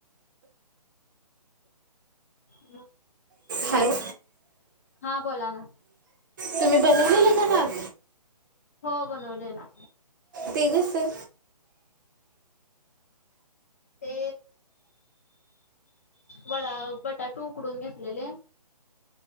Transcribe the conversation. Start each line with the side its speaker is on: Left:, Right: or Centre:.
Left: ह
Right: हॅलो
Left: हा बोला ना
Right: तुम्ही बनवलेलं का भात?
Left: हो बनवले ना
Right: ते कसं
Left: ते वडा बटाटू उकडून घेतलेले